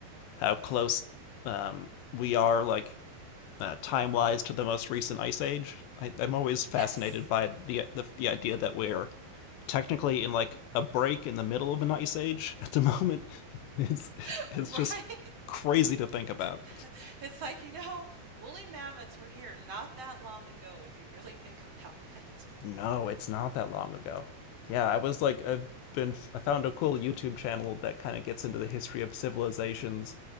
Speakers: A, on the left; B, on the right.
A: how close um, we are, like uh, time wise, to the most recent ice age. I, I'm always fascinated
B: Yes.
A: by the, the the idea that we're technically in like a break in the middle of an ice age at the <laughs> moment. It's
B: <laughs>
A: it's
B: Right?
A: just crazy to think about.
B: <laughs> It's like, you know, woolly mammoths were here not that long ago if you really think about it.
A: No, it's not that long ago. Yeah, I was like I've been I found a cool YouTube channel that kind of gets into the history of civilizations